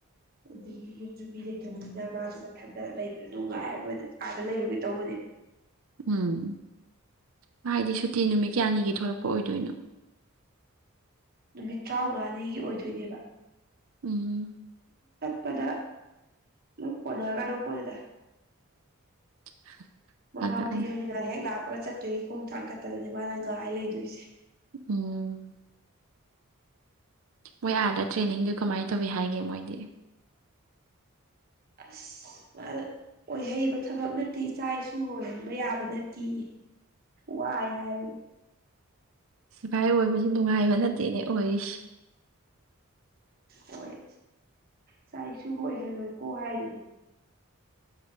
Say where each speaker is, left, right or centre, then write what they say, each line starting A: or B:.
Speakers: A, on the right; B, on the right.
A: ꯑꯗꯒꯤ ꯌꯨꯝꯁꯨꯨꯝ ꯃꯤ ꯂꯩꯇꯕꯅꯤꯅ ꯃꯥꯁꯨ ꯃꯊꯟꯇ ꯂꯩꯕꯗ ꯅꯨꯡꯉꯥꯏꯔꯔꯣꯏꯗ ꯑꯥꯗ ꯂꯩꯔꯨꯒꯦ ꯇꯧꯕꯅꯦꯕ
B: ꯎꯝ ꯍꯥꯏꯗꯤ ꯁꯨꯇꯤ ꯅꯨꯃꯤꯠ ꯀꯌꯥꯅꯤꯒꯤ ꯊꯂꯛꯄ ꯑꯣꯏꯗꯣꯏꯅꯣ
A: ꯅꯨꯃꯤꯠ ꯇꯔꯥꯃꯉꯥꯅꯤꯒꯤ ꯑꯣꯏꯗꯣꯏꯅꯦꯕ
B: ꯎꯝ
A: ꯄꯗ ꯑꯗꯨꯝ ꯀꫭꯅ ꯈꫪꯄꫭꯅꯤꯗ
B: <unintelligible>
A: ꯃꯉꯥꯎ
B: ꯑꯗ
A: ꯊꯤꯕꯅꯤꯅ ꯍꯦꯛ ꯂꯥꯛꯄꯒ ꯆꯠ ꯑꯗꯒꯤ ꯈꯣꯡ ꯊꯥꯡ ꯀꯠꯇꯗꯅꯦ ꯃꯥꯅ ꯉꯥꯏ ꯂꯩꯗꯣꯏꯁꯦ
B: ꯎꯝ ꯃꯣꯏ ꯑꯥꯗ ꯇ꯭ꯔꯦꯅꯤꯡꯗꯨ ꯀꯃꯥꯏꯅ ꯇꯧꯏꯤ ꯍꯥꯏꯒꯦ ꯃꯣꯏꯗꯤ
A: ꯑꯁ ꯑꯣꯏꯍꯩꯕ ꯊꯕꯛ ꯅꯠꯇꯦ ꯏꯆꯥ ꯏꯁꯨ ꯑꯣꯏꯍꯟꯕ ꯌꯥꯕ ꯅꯠꯇꯦ ꯋꯥꯏ ꯍꯥꯏꯔꯤꯕ
B: ꯁꯤꯐꯥꯏ ꯑꯣꯏꯕꯁꯦ ꯅꯨꯡꯉꯥꯏꯕ ꯅꯠꯇꯦꯅꯦ ꯑꯣꯏꯔꯤꯁꯤ
A: ꯍꯣꯏ ꯆꯥꯏ ꯏꯁꯨ ꯑꯣꯏꯍꯜꯂꯣꯏꯀꯣ ꯍꯥꯏꯔꯤ